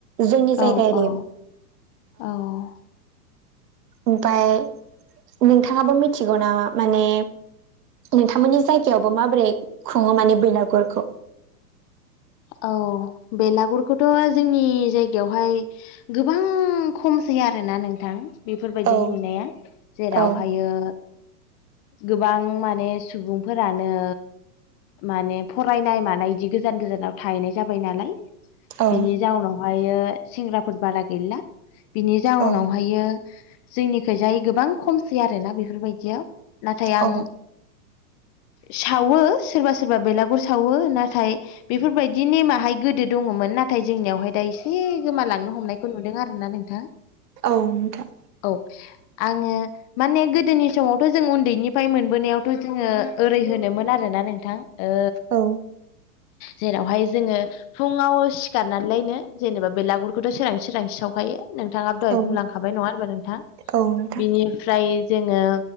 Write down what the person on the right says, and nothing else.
जोंनि जायगा
एरियाआव
ओमफाय नोंथाङाबो मिथिगौ नामा माने नोंथांमोननि जायगायावबो माबोरै खुङो माने बेलागुरखौ
औ
औ
औ
औ
औ
औ नोंथां
औ
औ
औ नोंथां